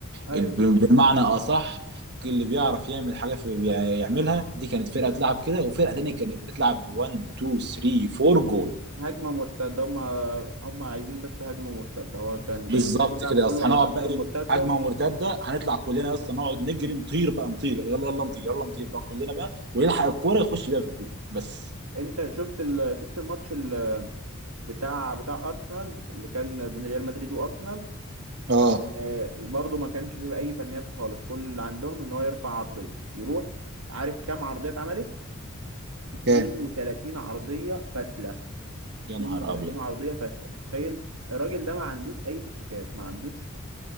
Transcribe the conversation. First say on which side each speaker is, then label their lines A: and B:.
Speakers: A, on the right; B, on the right.
A: ايوه
B: الب- بمعنى اصح اللي بيعرف يعمل حاجه في بيع- يعملها دي كانت فرقه تلعب كده وفرقه تانيه كانت بتلعب 1 2 3 4 جون
A: هجمه مرتده هم هم عايزين بس هجمه مرتده هو كان
B: بالظبط
A: انشيلوتي بيلعب
B: كده
A: كله
B: يا اسطى
A: على
B: هنقعد
A: الهجمه
B: بقى ايه
A: المرتده
B: هجمه مرتده هنطلع كلنا يا اسطى نقعد نجري نطير بقى نطير يلا يلا يلا نطير يلا نطير بقى كلنا بقى ويلحق الكوره يخش بيها في الجون بس
A: انت شفت ال... شفت الماتش ال... بتاع بتاع ارسنال اللي كان بين ريال مدريد وارسنال
B: اه
A: آه برضو ما كانش فيه اي فنيات خالص كل اللي عندهم ان هو يرفع عرضيه يروح عارف كام عرضيه اتعملت 32
B: اوكي
A: عرضيه فاشله
B: يا
A: 32
B: نهار ابيض
A: عرضيه فاشله تخيل الراجل ده ما عندوش اي تكتيكات ما عندوش